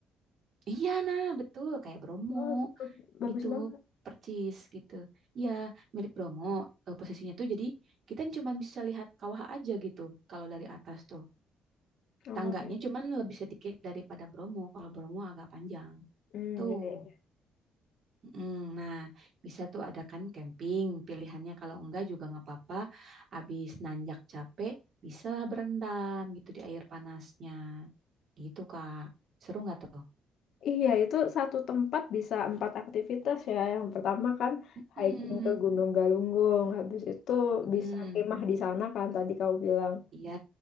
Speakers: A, on the right; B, on the left.
A: Iya, nah betul kayak Bromo.
B: Oh bagus
A: gitu
B: banget.
A: percis gitu ya milik Bromo eh, posisinya tuh jadi kita cuman bisa lihat kawah aja gitu kalau dari atas tuh
B: Oh,
A: tangganya
B: iya.
A: cuman lebih sedikit daripada Bromo kalau Bromo agak panjang
B: hmm
A: tuh
B: ya, ya, ya.
A: Mm, nah bisa tuh adakan camping pilihannya kalau enggak juga nggak apa-apa abis nanjak capek bisalah berendam gitu di air panasnya gitu Kak seru nggak tuh
B: Iya, itu satu tempat bisa empat aktivitas ya. Yang pertama kan
A: Hmm,
B: hiking ke Gunung Galunggung, habis itu
A: hmm,
B: bisa kemah di sana kan tadi kamu bilang.
A: iya,